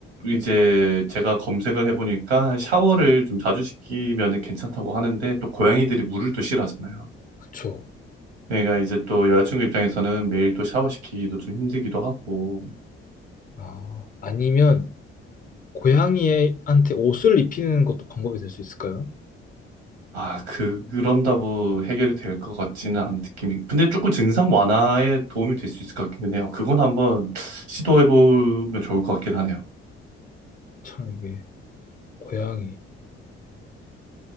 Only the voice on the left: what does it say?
그쵸.
아, 아니면 고양이한테 옷을 입히는 것도 방법이 될 수 있을까요?
참 이게 고양이.